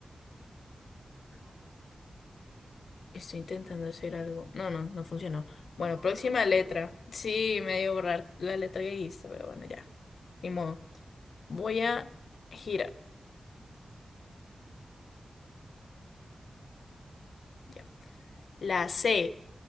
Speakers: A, on the right (about 85°); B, on the left (about 85°).
A: ¿Qué cosa?
B: Estoy intentando hacer algo. No, no, no funcionó. Bueno,
A: Borrar
B: próxima
A: la
B: letra.
A: letra.
B: Sí, me dio borrar la letra que hice, pero bueno, ya. Ni modo. Voy a girar. Ya. La C.